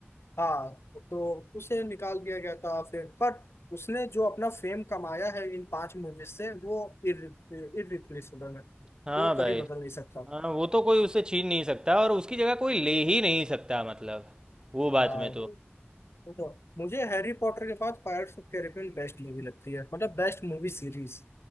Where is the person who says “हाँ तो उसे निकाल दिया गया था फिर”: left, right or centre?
Left